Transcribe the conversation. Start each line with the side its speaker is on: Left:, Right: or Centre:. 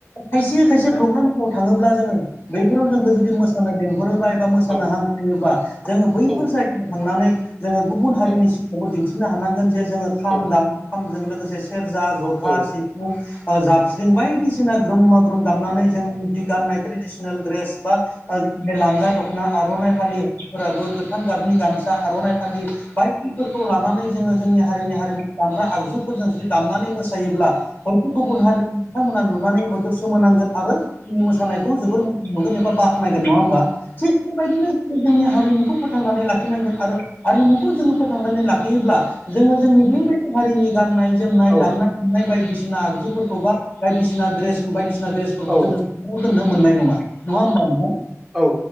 Left: खायसे खायसे
Centre: दा
Left: प्रग्रामफोराव थाङोब्ला जोङो। बैफोराव जोंखौ
Centre: औ
Left: जुदि मोसानो लेंहरोबा एबा मोसानो
Centre: औ
Left: हांख्रायोबा जोङो बैफोर
Centre: औ
Left: जा जायगायाव थांनानै जोङो गुबुन हारिनि
Centre: औ
Left: सिगाङावबो दिन्थिनो हानांगोन जे जोङो खाम
Centre: औ
Left: दाम खामजों लोगोसे सेरजा, जथा,
Centre: औ
Left: सिफुं, ओ जाबस्रिं बायदिसिना ग्रोममा <unintelligible> दामनानै
Centre: औ
Left: जोंनि गाननाय ट्रेदिसनेल द्रेस बा लांगा दख ना आर'नाइ फालि हौवाफोराबो गोथां गाबनि गामसा आर'नाइ फालि बायदि फोरखौ लानानै जोङो जोंनि हारिनि हारिमुखौ दामग्रा आगजुफोरजों जुदि दामनानै मोसा योब्ला हयथ' गुबुन हारिनि बिथांमोना नुनानै हयथ' सोमोनांगोन आरो जोंनि मोसानायखौ जोबोर मोजां मोनगोन एबा बाख्नायगोन नङा होमबा थिग बेबायदिनो जोंनि हारिमुखौ फोथांनानै लाखिनांगोन आरो हारिमुखौ जोङो फोथांनानै लाखियोब्ला जोङो जोंनि बेबायदि हारिनि गाननाय जोमनाय
Centre: औ
Left: दामनाय देनाय बायदिसिना आगजुफोरखौबा बायदिसिना द्रेस बायदिसिना द्रेस फोरखौ
Centre: औ
Left: जोङो जाव दोननो मोननाय नङा नङा होमबा नोंथां
Centre: औ